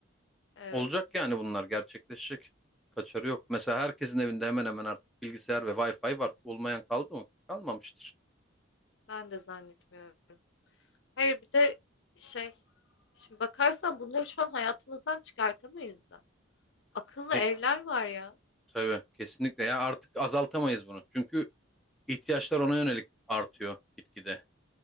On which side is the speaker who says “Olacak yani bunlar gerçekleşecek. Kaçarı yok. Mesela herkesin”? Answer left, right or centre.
Centre